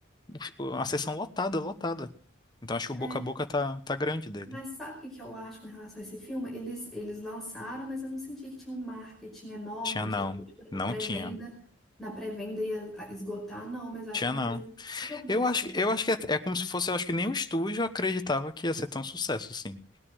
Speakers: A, on the left (about 20°); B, in the centre.
A: o fi- a sessão lotada, lotada. Então acho que o boca
B: É,
A: a boca tá, tá grande dele.
B: Mas sabe o que que eu acho com relação a esse filme? Eles, eles lançaram, mas eu não senti que tinha um marketing enorme,
A: Tinha não.
B: que tipo,
A: Não
B: na pré-venda,
A: tinha.
B: na pré-venda ia ah, esgotar, não, mas eu
A: Tinha
B: acho que é
A: não.
B: uma coisa de boca a boca.
A: Eu acho, que- eu acho que é, é como se fosse, eu acho que nem o estúdio acreditava que ia ser tão sucesso, assim.